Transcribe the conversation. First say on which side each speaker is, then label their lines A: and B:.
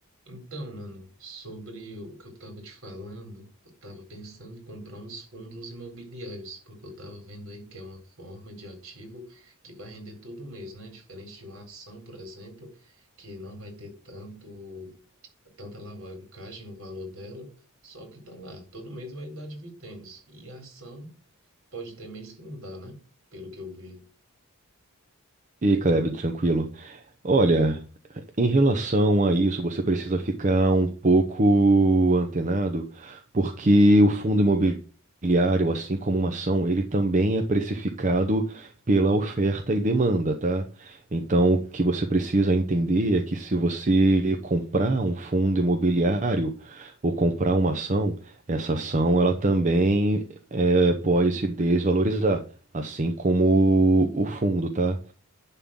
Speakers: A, on the right; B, on the right.
A: Então, mano, sobre o que eu tava te falando, eu tava pensando em comprar uns fundos imobiliários, porque eu tava vendo aí que é uma forma de ativo que vai render todo mês, né? Diferente de uma ação, por exemplo, que não vai ter tanto, tanta alavancagem no valor dela, só que tá lá, todo mês vai dar dividendos. E a ação pode ter mês que não dá, né? Pelo que eu vi.
B: E aí, Caleb, tranquilo. Olha, em relação a isso, você precisa ficar um pouco antenado, porque o fundo imobiliário, assim como uma ação, ele também é precificado pela oferta e demanda, tá? Então, o que você precisa entender é que se você comprar um fundo imobiliário ou comprar uma ação, essa ação ela também eh, pode se desvalorizar, assim como o fundo, tá?